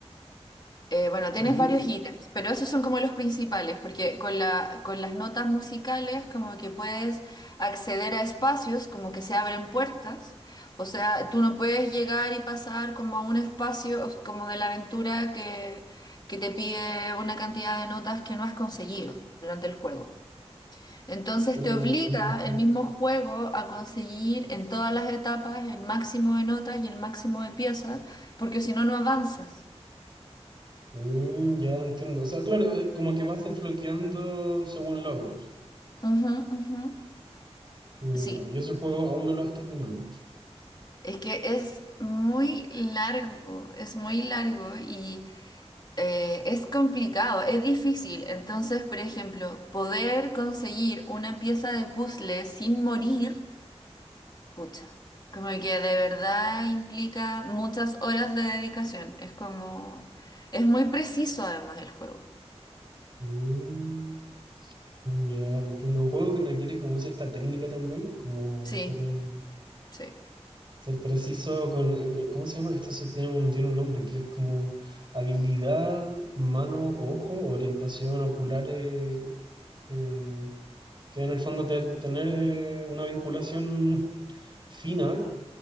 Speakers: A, on the left (about 40°); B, on the right (about 45°).
A: Eh, bueno, tienes
B: ujú.
A: varios ítems, pero esos son como los principales, porque con la, con las notas musicales como que puedes acceder a espacios, como que se abren puertas, o sea, tú no puedes llegar y pasar como a un espacio como de la aventura que, que te pide una cantidad de notas que no has conseguido durante el juego. Entonces
B: Mm,
A: te obliga
B: mm, mm.
A: el mismo juego a conseguir en todas las etapas el máximo de notas y el máximo de piezas, porque si no, no avanzas.
B: Mm, ya entiendo. O sea, claro, eh, como que vas desbloqueando según logros.
A: Ujú, ujú.
B: Mm,
A: Sí,
B: ya, y ese juego aún no lo has terminado.
A: es que es muy largo, es muy largo y eh, es complicado, es difícil. Entonces, por ejemplo, poder conseguir una pieza de puzzle sin morir, pucha, como que de verdad implica muchas horas de dedicación. Es como, es muy preciso además el juego.
B: Mm, ya entiendo. Un juego que requiere como cierta técnica también, como
A: Sí,
B: hacer... eh,
A: sí.
B: Ser preciso con, con- ¿cómo se llama? Esto se tiene un, tiene un nombre que es como habilidad, mano, ojo, orientación ocular, eh, eh, que en el fondo ter- tener eh, una vinculación fina